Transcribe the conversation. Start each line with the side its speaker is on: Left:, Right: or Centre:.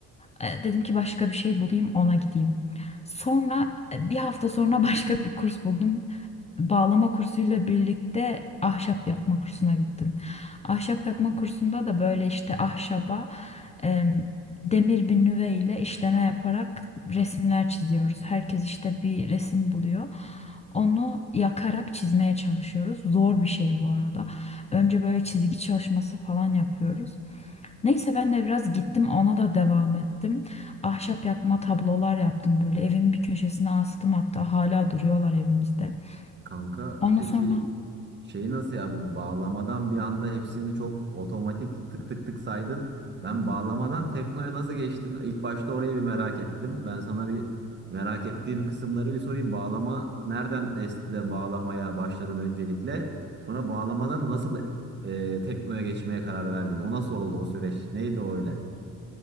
Left: E, dedim ki başka bir şey bulayım ona gideyim. Sonra e, bir hafta sonra <laughs> başka bir kurs buldum bağlama kursuyla birlikte ahşap yakma kursuna gittim. Ahşap yakma kursunda da böyle işte ahşaba em, demir bir nüve ile işleme yaparak resimler çiziyoruz. Herkes işte bir resim buluyor. Onu yakarak çizmeye çalışıyoruz. Zor bir şey bu arada. Önce böyle çizgi çalışması falan yapıyoruz. Neyse ben de biraz gittim ona da devam ettim. Ahşap yakma tablolar yaptım böyle. Evimin bir köşesine astım hatta hala duruyorlar evimizde.
Right: Kanka
Left: Ondan
Right: peki
Left: sonra
Right: şeyi nasıl ya bu bağlamadan bir anda hepsini çok otomatik tık tık tık saydın. Ben bağlamadan teknoya nasıl geçtin? İlk başta orayı bir merak ettim. Ben sana bir merak ettiğim kısımları bir sorayım. Bağlama nereden esti de bağlamaya başladın öncelikle? Sonra bağlamadan nasıl e, teknoya geçmeye karar verdin? O nasıl oldu o süreç? Neydi o öyle?